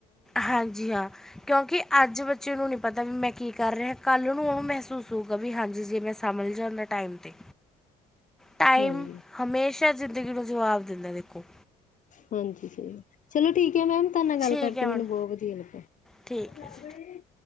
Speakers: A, in the centre; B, on the left.
A: ਹਾਂਜੀ ਹਾਂ ਕਿਉਂਕਿ ਅੱਜ ਬੱਚੇ ਨੂੰ ਨਹੀਂੀ ਪਤਾ ਵੀ ਮੈਂ ਕੀ ਕਰ ਰਿਹਾ ਕੱਲ੍ਹ ਨੂੰ ਉਹਨੂੰ ਮਹਿਸੂਸ ਹੋਊਗਾ ਵੀ ਹਾਂਜੀ ਜੇ ਮੈਂ ਸਮਝ ਜਾਂਦਾ ਟਾਈਮ 'ਤੇ ਟਾਈਮ
B: ਹਾਂਜੀ,
A: ਹਮੇਸ਼ਾ ਜ਼ਿੰਦਗੀ ਨੂੰ ਜਵਾਬ ਦਿੰਦਾ ਦੇਖੋ
B: ਹਾਂਜੀ ਸਹੀ ਚਲੋ ਠੀਕ ਮੈਮ ਤੁ ਨਾਲ ਗੱਲ
A: ਠੀਕ
B: ਕਰਕੇ
A: ਹੈ
B: ਮੈਨੂੰ
A: ਮੈਮ
B: ਬਹੁਤ ਵਧੀਆ ਲੱਗਿਆ
A: ਠੀਕ ਹੈ ਜੀ